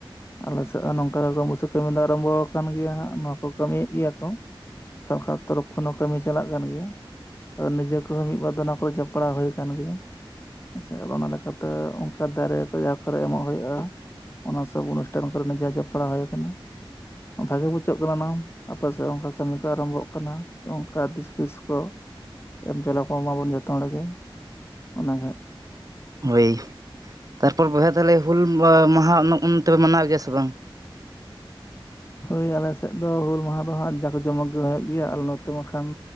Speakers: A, on the left (about 25°); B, on the right (about 40°).
A: ᱟᱞᱮ ᱥᱮᱫ ᱦᱚᱸ ᱱᱚᱝᱠᱟ ᱜᱮ ᱠᱚᱢ ᱵᱮᱥᱤ ᱠᱟᱹᱢᱤ ᱫᱚ ᱟᱨᱟᱢᱵᱚ ᱟᱠᱟᱱ ᱜᱮᱭᱟ ᱦᱟᱸᱜ ᱱᱚᱣᱟ ᱠᱚ ᱠᱟᱹᱢᱤᱭᱮᱫ ᱜᱮᱭᱟ ᱠᱚ ᱾ ᱥᱚᱨᱠᱟᱨ ᱛᱚᱨᱚᱯᱷ ᱠᱷᱚᱱ ᱦᱚᱸ ᱠᱟᱹᱢᱤ ᱪᱟᱞᱟᱜ ᱠᱟᱱ ᱜᱮᱭᱟ ᱾ ᱟᱫᱚ ᱱᱤᱡᱮ ᱠᱚᱦᱚᱸ ᱢᱤᱫ ᱵᱟᱨ ᱫᱚ ᱚᱱᱟ ᱠᱚᱨᱮ ᱡᱚᱯᱲᱟᱣ ᱦᱩᱭ ᱟᱠᱟᱱ ᱜᱮᱭᱟ ᱾ ᱦᱮᱸᱥᱮ ᱟᱫᱚ ᱚᱱᱟ ᱞᱮᱠᱟ ᱛᱮ ᱚᱱᱠᱟ ᱫᱟᱨᱮ ᱠᱚ ᱡᱟᱦᱟᱸ ᱠᱚᱨᱮ ᱮᱢᱚᱜ ᱦᱩᱭᱩᱜᱼᱟ ᱚᱱᱟ ᱥᱚᱵ ᱚᱱᱩᱥᱴᱷᱟᱱ ᱠᱚᱨᱮ ᱱᱤᱡᱮ ᱦᱚ ᱡᱚᱯᱲᱟᱣ ᱦᱩᱭ ᱟᱠᱟᱱᱟ ᱾ ᱵᱷᱟᱜᱮ ᱵᱩᱪᱷᱟᱹᱜ ᱠᱟᱱᱟ ᱱᱟᱝ ᱟᱯᱮ ᱥᱮᱫ ᱚᱱᱠᱟ ᱠᱟᱹᱢᱤ ᱠᱚ ᱟᱨᱟᱢᱵᱷᱚᱜ ᱠᱟᱱᱟ ᱥᱮ ᱚᱱᱠᱟ ᱫᱤᱥ ᱦᱩᱫᱤᱥ ᱠᱚ ᱮᱢ ᱪᱟᱞᱟ ᱟᱠᱚ ᱢᱟᱵᱚᱱ ᱡᱚᱛᱚ ᱦᱚᱲ ᱜᱮ, ᱚᱱᱟ ᱜᱮ ᱾
B: ᱦᱳᱭ ᱛᱟᱨᱯᱚᱨ ᱵᱚᱭᱦᱟ ᱛᱟᱦᱚᱞᱮ ᱦᱩᱞ ᱢᱟᱦᱟ ᱚᱱᱛᱮ ᱯᱮ ᱢᱟᱱᱟᱣ ᱜᱮᱭᱟ ᱥᱮ ᱵᱟᱝ?
A: ᱦᱳᱭ ᱟᱞᱮᱥᱮᱫ ᱫᱚ ᱦᱩᱞ ᱢᱟᱦᱟ ᱫᱚ ᱦᱟᱸᱜ ᱡᱟᱠ ᱡᱚᱢᱚᱠ ᱜᱮ ᱦᱩᱭᱩᱜ ᱜᱮᱭᱟ ᱟᱨ ᱱᱚᱛᱮ ᱢᱟᱠᱷᱟᱱ